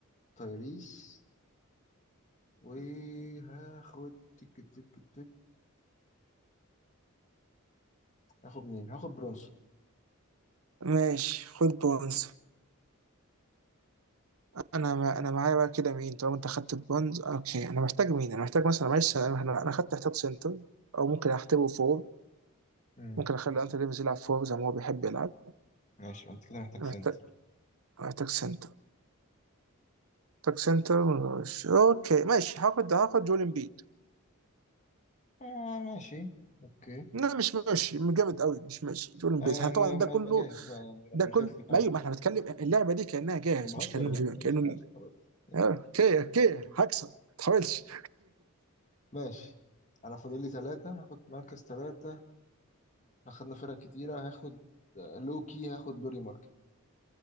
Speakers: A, on the left; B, on the right.
A: تايريس وهاخد تك تك تك هاخد مين هاخد برونسون
B: ماشي خد بونز انا ما انا معايا بقى كده مين طالما انت خدت البونز اوكي انا محتاج مين انا محتاج مثلا معلش انا أنا- أنا خدت احتياط سنتر او ممكن احتبه فور
A: مم.
B: ممكن اخلي انتوني ديفيس يلعب فور زي ما هو بيحب يلعب
A: ماشي انت كده محتاج
B: أنا
A: سنتر
B: محتاج محتاج سنتر باك سنتر مش اوكي ماشي هاخد هاخد جول امبيد
A: آه ماشي اوكي
B: لا مش ماشي مش جامد قوي مش ماشي جول امبيد
A: آه
B: احنا
A: يعني
B: طبعا ده
A: لما
B: كله
A: يبقى جاهز بقى يعني
B: ده
A: لما
B: كل
A: يخف كمان
B: ما ايوه ما احنا بنتكلم اللعبه دي كانها جاهز
A: بهزر
B: مش كانه
A: يا
B: مش
A: عم ماشي
B: كانه
A: ماشي خلاص
B: آه، اوكي اوكي هكسب ما تحاولش
A: <laughs> ماشي انا فاضل لي ثلاثة هاخد مركز ثلاثة اخدنا فرق كتيرة هاخد آه، لوكي هاخد دوري ماركل